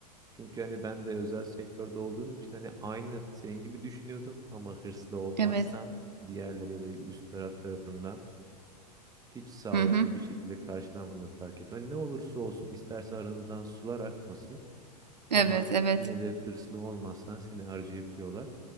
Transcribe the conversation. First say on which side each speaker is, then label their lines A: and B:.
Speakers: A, on the right (about 15°); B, on the right (about 85°).
A: Çünkü hani ben de özel sektörde olduğum için hani aynı senin gibi düşünüyordum ama hırslı olmazsan
B: Evet.
A: diğerleri ya da üst taraf tarafından hiç sağlıklı
B: Hı hı.
A: bir şekilde karşılanmadığını fark ettim. Hani ne olursa olsun istersen aranızdan sular akmasın.
B: Evet,
A: Ama
B: evet.
A: yine de hırslı olmazsan seni harcayabiliyorlar.